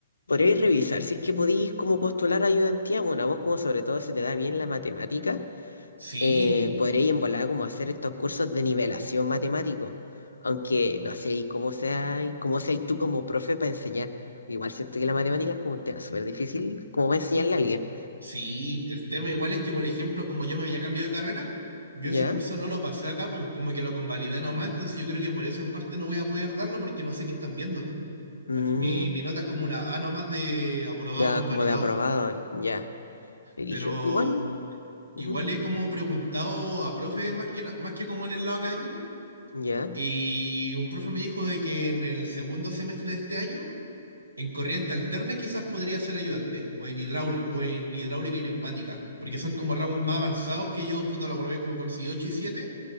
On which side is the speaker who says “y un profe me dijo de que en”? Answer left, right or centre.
Right